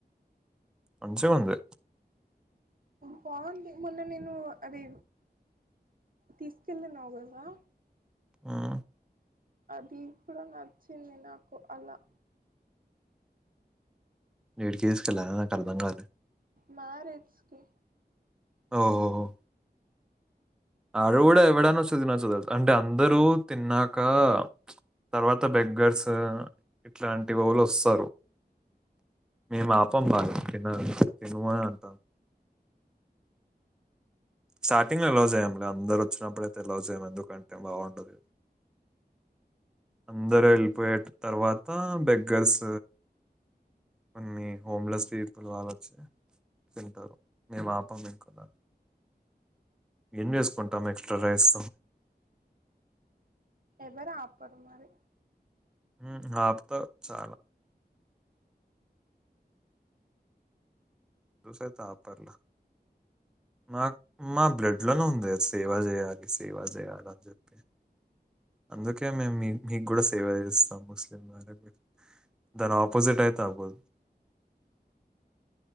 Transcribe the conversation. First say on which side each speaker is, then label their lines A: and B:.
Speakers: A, in the centre; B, on the right (about 55°).
A: మంచిగుంది
B: బాగుంది మొన్న నేను అది తీసుకెళ్ళనావు కదరా
A: హుమ్
B: అది ఇప్పుడు నచ్చింది నాకు అలా
A: ఎడికి ఏసుకెళ్ళా నాకు అర్దంకాలే
B: మారేజ్ కి
A: ఓహోహో ఆడ గుడా ఎవడైనా వస్తే తినొచ్చు అంటే అందరూ తిన్నాకా తర్వాత బెగ్గర్స్ ఇట్లాంటి వాళ్ళు వస్తరు పాపం బా తిన తినమనే అంట స్టార్టింగ్ లో అల్లో చేయం అందరు వచ్చినప్పుడయితే ఎలావ్ చేయరు ఎందుకంటే బాగుండదు అందరు వెళ్ళిపోయే తర్వాత బెగ్గర్స్ కొన్ని హోమ్లెస్ పీపుల్ వాళ్ళు వచ్చి తింటారు మేము ఆపం ఇంక ఏం చేసుకుంటాం ఎక్స్ట్రా రైస్
B: ఎవరు ఆపరు మరి
A: హుమ్ ఆపుతారు చాలా చూసయితే ఆపర్లే మాకు మా బ్లడ్ లోనే ఉంది సేవ చేయాలి సేవా చేయాల అని చెప్పి అందుకే మేము మీకు గుడా సేవ చేస్తాం ముస్లిం వారు దాని ఆపోజిట్ అయితే అవ్వదు